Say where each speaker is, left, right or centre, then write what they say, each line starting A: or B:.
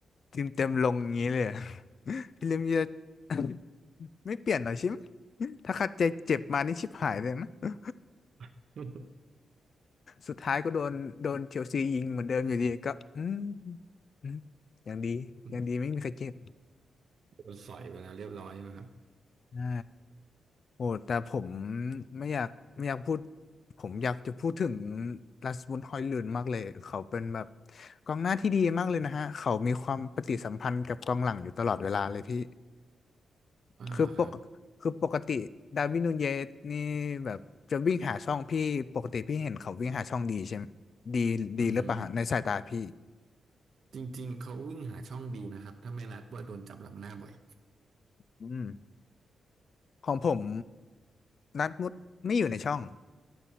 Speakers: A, on the left (about 50°); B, on the right (about 60°).
A: ทีมเต็มลงอย่างนี้เลยเหรอ <laughs> พี่ลิมจะ <laughs> ไม่เปลี่ยนเหรอชิมถ้าคัดใจเจ็บมานี่ชิบหายเลยนะ
B: <laughs>
A: สุดท้ายก็โดนโดนเชลซียิงเหมือนเดิมอยู่ดีก็อืมอืมอย่างดีอย่างดีไม่มีใครเจ็บ
B: อืมโดนสอยไปแล้วเรียบร้อยใช่ไหมครับ
A: ใช่โอ้แต่ผมไม่อยากไม่อยากพูดผมอยากจะพูดถึงลาสบุนฮอยลุนมากเลยเขาเป็นแบบกองหน้าที่ดีมากเลยนะฮะเขามีความปฏิสัมพันธ์กับกองหลังอยู่ตลอดเวลาเลยพี่
B: อ่าวเหรอครับ
A: คือปกคือปกติดาร์วินนูเยสนี่แบบจะวิ่งหาช่องพี่ปกติพี่เห็นเขาวิ่งหาช่องดีใช่ไหมดีดีหรือเปล่าฮะในสายตาพี่
B: อือหือจริงๆเขาวิ่งหาช่องดีนะครับถ้าไม่นัดว่าโดนจับหลับหน้าบ่อย
A: อืมของผมนัดมุดไม่อยู่ในช่อง